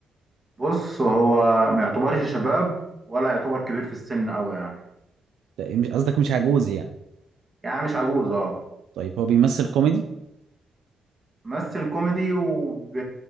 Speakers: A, on the right; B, on the right.
A: بص هو ما يعتبرش شباب ولا يعتبر كبير في السن أوي يعني
B: لا مش قصدك مش عجوز يعني
A: يعني مش عجوز اه
B: طيب هو بيمثل كوميدي
A: ممثل كوميدي وب...